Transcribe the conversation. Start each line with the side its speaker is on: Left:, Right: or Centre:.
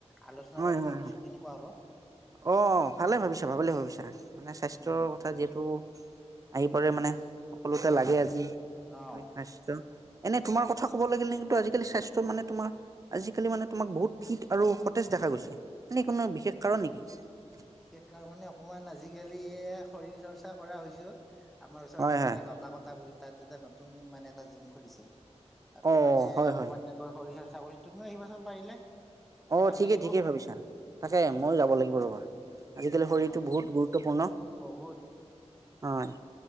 Centre: আলোচনা
Right: হয়
Centre: কৰিম
Right: হয়
Centre: ভাবিছো
Right: হয়
Centre: কেনেকুৱা হ'ব।
Right: অ ভালে ভাবিছা ভালে ভাবিছা। মানে স্বাস্থ্যৰ
Centre: উম
Right: কথা যিহেতু। আহি পৰে
Centre: উম
Right: মানে। সকলোতে লাগে আজি।
Centre: অ
Right: খালি অতছ <unintelligible> এনে তোমাৰ কথা ক'ব লাগিল নে কিন্তু আজিকালি স্বাস্থ্য মানে তোমাৰ আজিকালি মানে তোমাক বহুত ফিট আৰু সতেজ দেখা গৈছে এনে কোনো বিশেষ কাৰণ নেকি? হয়। <unintelligible>
Centre: বিশেষ কাৰ মানে অকণমান আজিকালি শৰীৰ চৰ্চা কৰা হৈছোঁ। আমাৰ ওচৰৰততে
Right: হয় হয়
Centre: মানে লতা কটা বুলি। তাত তে ন। নতুন মানে এটা জিম খুলিছে তাতে
Right: অ
Centre: মানে
Right: হয়
Centre: অকমান
Right: হয়
Centre: এনেকৈ শৰ সাস্থ। কৰি তুমি আহাচোন পাৰিলে।
Right: অ
Centre: ভাল
Right: ঠিকেই
Centre: লাগিব
Right: ঠিকেই ভাবিছা তাকে ময়ো যাব লাগিব ৰ'বা, আজিকালি শৰীৰটো
Centre: অ অ
Right: বহুত গুৰুত্বপূৰ্ণ
Centre: বহুত
Right: হয়।